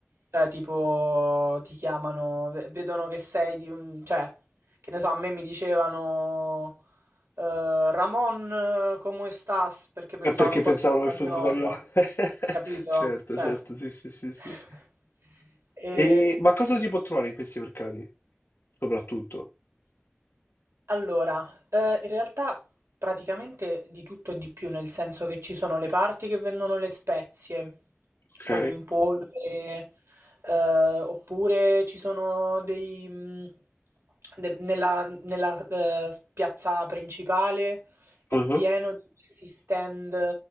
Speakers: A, on the right; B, on the left.
A: Cioè, tipo, ti chiamano, ve- vedono che sei di un... Cioè, che ne so, a me mi dicevano eh, Ramon, eh, come estás? Perché
B: È
A: pensavano
B: perché pensavano
A: fossi spagnolo,
B: che fosse spagnolo. <laughs>
A: capito?
B: Certo,
A: Cioè...
B: certo, sì, sì, sì, sì.
A: <laughs> E,
B: E, ma cosa si può trovare in questi mercati, soprattutto?
A: Allora, eh, in realtà praticamente di tutto e di più, nel senso che ci sono le parti che vendono le spezie,
B: Ok,
A: proprio in polvere, eh, oppure ci sono dei... mh, de- nella nella, eh, piazza principale è
B: ah,
A: pieno di questi stand